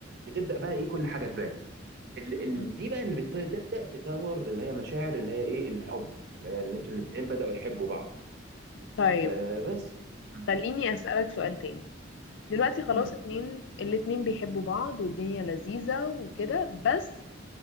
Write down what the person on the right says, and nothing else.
بتبدا بقى ايه كل حاجه تبان ال... ال...
دي بقى اللي بت- بتبدا تطور اللي هي مشاعر اللي هي ايه الحب اللي هي ان انتوا الاتنين بداوا يحبوا بعض
آه بس مم.
مم.